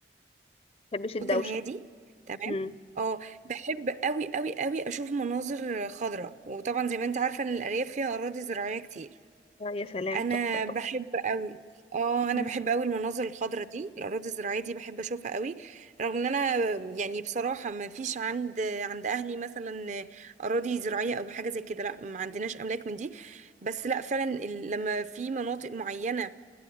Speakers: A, on the left; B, on the right.
A: ما بحبش الدوشة
B: صوت الهادي تمام
A: امم
B: اه بحب قوي قوي قوي اشوف مناظر خضراء وطبعا زي ما انت عارفه ان الارياف فيها اراضي زراعيه كتير
A: آه، يا سلام
B: انا
A: تحفة تحفة
B: بحب قوي اه انا
A: مم.
B: بحب قوي المناظر الخضراء دي الاراضي الزراعيه دي بحب اشوفها قوي رغم ان انا يعني بصراحه ما فيش عند عند اهلي مثلا اراضي زراعيه او حاجه زي كده لا ما عندناش املاك من دي بس لا فعلا ال- لما في مناطق معينه